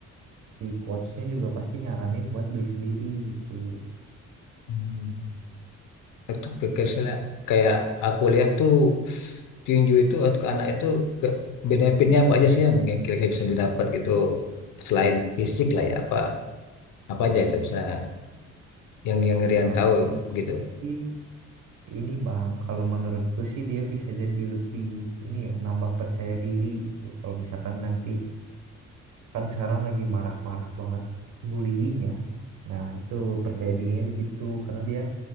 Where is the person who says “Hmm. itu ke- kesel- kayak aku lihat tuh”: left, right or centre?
Left